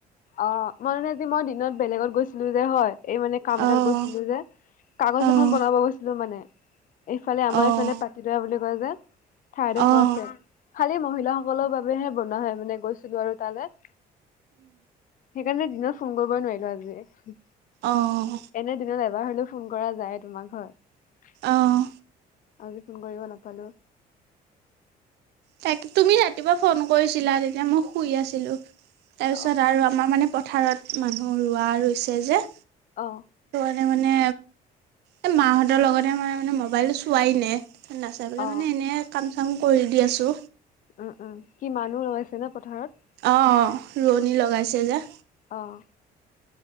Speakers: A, on the left (about 50°); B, on the right (about 80°).
A: অ মই মানে যে মই দিনত বেলেগত গৈছিলো যে হয়। এই মানে কাম এটাত
B: অঁ
A: গৈছিলো যে। কাগজ
B: অঁ
A: এখন বনাব গৈছিলো মানে। এইফালে আমাৰ
B: অঁ
A: এইফালে পাতিদৰা বুলি কয় যে। ঠাইডোখৰ
B: অঁ
A: আছে। খালী মহিলাসকলৰ বাবেহে বনোৱা হয় মানে গৈছিলো আৰু তালে। সেইকাৰণে দিনত ফোন কৰিবই নোৱাৰিলো আজি।
B: অঁ
A: এনে দিনত এবাৰ হলেও ফোন কৰা যায় তোমাৰ ঘৰত।
B: অঁ
A: আজি ফোন কৰিব নাপালো।
B: তাক তুমি ৰাতিপুৱা ফোন কৰিছিলা। তেতিয়া মই শুই আছিলো। তাৰপিছত
A: অ
B: আৰু আমাৰ মানে পথাৰত মানুহ ৰোৱা ৰুইছে যে।
A: অ।
B: মে মানে এ মাহঁতৰ লগতে মানে মানে মবাইলটো চোৱাই নাই। নাচায় পেলাই
A: অ
B: মানে এনেই কাম চাম কৰি দি আছো।
A: উম, উম। কি মানুহ ৰৈ আছে নে পথাৰত?
B: অ ৰোৱনী লগাইছে যে।
A: অহ।